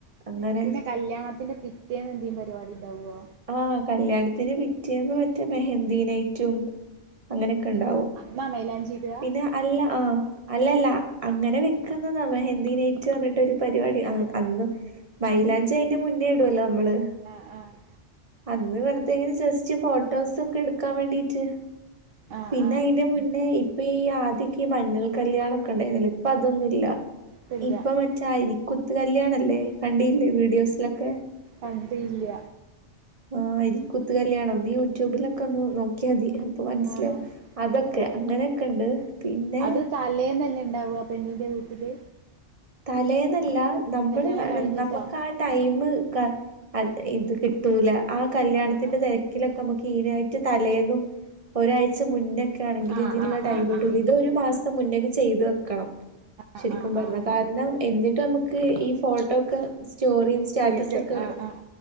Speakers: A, on the right (about 30°); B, on the right (about 60°).
A: അങ്ങനെ
B: പിന്നെ കല്യാണത്തിന്റെ പിറ്റേന്ന് എന്താ പരിപാടി? ഇണ്ടാവോ
A: ആഹ്, കല്യാണത്തിന് പിറ്റേന്ന് മറ്റേ മെഹന്ദീനായിറ്റും അങ്ങനെയൊക്കെ ഉണ്ടാവും.
B: അമ്മ മൈലാഞ്ചി ഇടാ
A: പിന്നെ അല്ല ആഹ് അല്ലല്ല അങ്ങനെ വെക്കുന്നതാ മെഹന്ദീനയിറ്റ് ി <unintelligible> ഒരു പരിപാടി അന്നും മൈലാഞ്ചി അയിന്റെ മുന്നേ ഇടുവല്ലോ. നമ്മള്
B: ആഹ് ആഹ്
A: അന്ന് വെറുതെ ഇങ്ങനെ ജസ്റ്റ് ഫോട്ടോസൊക്കെ എടുക്കാൻ വേണ്ടീട്ട്
B: ആഹ്
A: പിന്നെ
B: ആഹ്
A: അയിന്റെ മുന്നേ ഇപ്പ് ഇപ്പൊ ഈ ആദ്യമൊക്കെ ഈ മഞ്ഞൾ കല്യാണൊമൊക്കെ ഉണ്ടായിരുന്നില്ലെ ഇപ്പൊ അതൊന്നുമില്ല
B: ത്തില്ല
A: ഇപ്പം മറ്റരിപ്പ കുത്തുകല്ല്യാണവല്ലേ, കണ്ടില്ലേ വീഡിയോസിലൊക്കെ?
B: കണ്ടില്ല
A: ആഹ് അരിക്കുത്തുകല്യാണം നീ യൂട്യൂബിലൊക്കെ ഒന്ന് നോക്കിയാ മതി. അപ്പൊ മനസ്സിലാകും.
B: ആഹ്
A: അതൊക്കെ
B: ആഹ്
A: അങ്ങനെയൊക്കെ ഉണ്ട് പിന്നെ,
B: അത് തലേന്നല്ലേ ഉണ്ടാവുക പെണ്ണിന്റെ വീട്ടില്
A: തലേന്നല്ല നമ്മൾ
B: കല്യാണം കഴിഞ്ഞിട്ടാ
A: നമുക്ക് ആ ടൈംകറക്റ്റ് അത് ഇത് കിട്ടൂല, ആ കല്യാണത്തിന്റെ
B: ആഹ്
A: തിരക്കിലൊക്കെ നമുക്ക് ക്ലീനായിട്ട് തലേന്നും ഒരാഴ്ച മുന്നൊക്കെ ആണെങ്കിൽ
B: ആഹ്
A: ഇതിനുള്ള
B: ആഹ്
A: ടൈം
B: ആഹ്
A: കിട്ടും..
B: ആഹ്
A: ഇത് ഒരു മാസ മുന്നൊക്കെ ചെയ്ത് വെക്കണം
B: ആഹ്
A: ശരിക്കും
B: ആഹ്
A: പറഞ്ഞാൽ
B: ആഹ് ആഹ്
A: <unintelligible> ക എന്നിട്ട് നമുക്ക് ഈ ഫോട്ടോ ഒക്കെ സ്റ്റോറിയും സ്റ്റാറ്റസ്
B: ഇതിലേക്ക്
A: ഒക്കെ
B: ആഹ് ആഹ്